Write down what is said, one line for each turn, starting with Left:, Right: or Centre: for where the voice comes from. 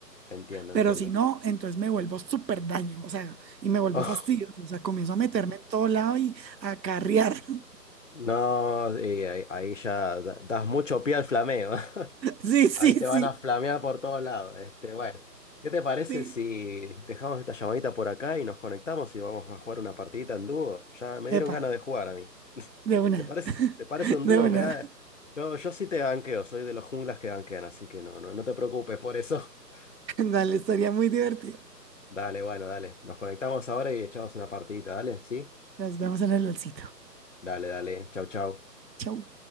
Left: Entiendo,
Right: Pero
Left: entiendo.
Right: si no, entonces me vuelvo súper daño, o sea, y me vuelvo
Left: <laughs>
Right: fastidioso, o sea, comienzo a meterme en todo lado y a carrear. <laughs>
Left: No, y ahí, ahí ya da- das mucho pie al flameo. <laughs>
Right: Sí, sí,
Left: Ahí te
Right: sí,
Left: van a flamear por todos lados. Este, bueno, ¿qué te parece
Right: sí.
Left: si dejamos esta llamadita por acá y nos conectamos y vamos a jugar una partidita en dúo? Ya me dieron
Right: Epa,
Left: ganas de jugar a mí. <laughs>
Right: de una.
Left: ¿Te parece, te parece un
Right: De
Left: dúo?
Right: una.
Left: Mirá,
Right: <laughs>
Left: yo, yo sí te banqueo, soy de los junglas que banquean, así que no, no, no te preocupes por eso. <laughs>
Right: Dale, estaría muy divertido.
Left: Dale, bueno, dale. Nos conectamos ahora y echamos una partidita, dale, ¿sí?
Right: Nos vemos en el olcito.
Left: Dale, dale. Chau, chau.
Right: Chau.